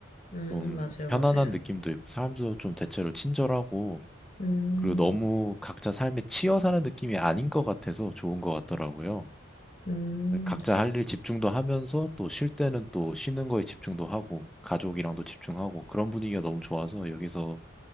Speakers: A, on the left (about 35°); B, in the centre.
A: 음,
B: 좀
A: 맞아요,
B: 편안한
A: 맞아요.
B: 느낌도 있고 사람도 좀 대체로 친절하고
A: 음,
B: 그리고 너무 각자 삶에 치여 사는 느낌이 아닌 것 같아서 좋은 것 같더라고요.
A: 음,
B: 각자 할 일 집중도 하면서 또 쉴 때는 또 쉬는 거에 집중도 하고 가족이랑도 집중하고 그런 분위기가 너무 좋아서 여기서